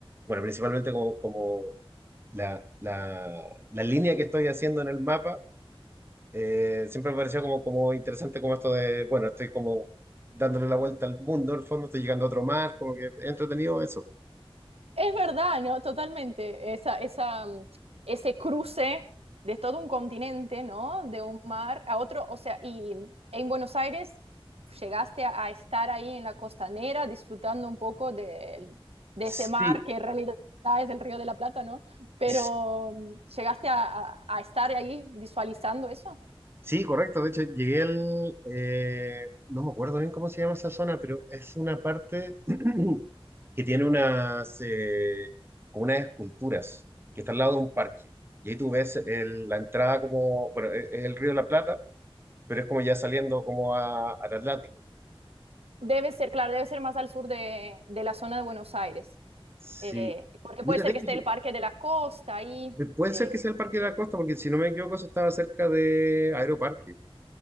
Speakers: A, on the right; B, on the right.
A: bueno, principalmente como, como la, la- la línea que estoy haciendo en el mapa, eh, siempre me pareció como, como interesante como esto de, bueno, estoy como dándole la vuelta al mundo, en el fondo estoy llegando a otro mar, como que es entretenido eso.
B: Es verdad, ¿no? Totalmente. Esa, esa, mm, ese cruce de todo un continente, ¿no? De un mar a otro. O sea, y en Buenos Aires llegaste a, a estar ahí en la costanera disfrutando un poco del- de, ese
A: Sí,
B: mar que en realidad es el Río de la Plata, ¿no? Pero
A: s-
B: mm, llegaste a, a- a estar ahí visualizando eso.
A: sí, correcto. De hecho, llegué al, eh, no me acuerdo bien cómo se llama esa zona, pero es una parte <clears throat> que tiene unas, eh, como unas esculturas que está al lado de un parque. Y ahí tú ves el- la entrada como, bueno, es es el Río de la Plata pero es como ya saliendo como a, al Atlántico.
B: Debe ser, claro, debe ser más al sur de, de la zona de Buenos Aires.
A: Sí.
B: Eh, porque
A: Mira,
B: puede ser
A: de
B: que
A: hecho,
B: esté
A: sí,
B: el Parque de la Costa ahí.
A: puede
B: eh,
A: ser que sea el Parque de la Costa, porque si no me equivoco, eso estaba cerca de Aeroparque.